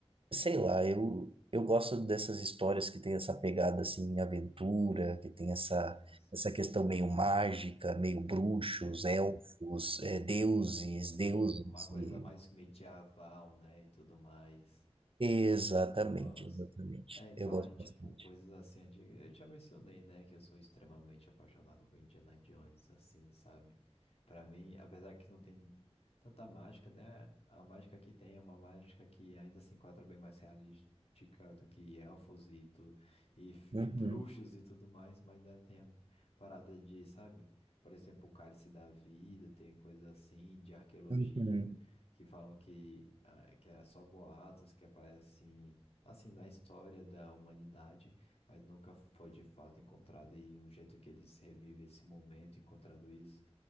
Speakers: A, on the right; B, on the left.
A: Sei lá, eu, eu gosto dessas histórias que tem essa pegada assim, aventura, que tem essa,
B: sim, sim,
A: essa questão meio mágica, meio bruxos,
B: sim,
A: elfos, eh, deuses,
B: sim.
A: deuses.
B: Uma coisa
A: e-
B: mais medieval, né, e tudo mais.
A: Exatamente,
B: Eu gosto.
A: exatamente.
B: É, em
A: Eu
B: falar
A: gosto
B: em, tipo,
A: bastante.
B: coisas assim antigas, eu já mencionei, né, que eu sou extremamente apaixonado por Indiana Jones, assim, sabe? Pra mim, apesar que não tem tanta mágica, né, a mágica que tem é uma mágica que ainda se enquadra bem mais realística do que elfos e tudo, e, e
A: Uhum,
B: bruxos e tudo mais, mas ainda tem a parada de, sabe? Por exemplo, o Cálice da Vida, tem coisas assim, de arqueologia,
A: uhum.
B: que falam que, ah, que era só boatos, que aparecem assim, na história da humanidade, mas nunca foi de fato encontrado e o jeito que eles revivem esse momento, encontrando isso,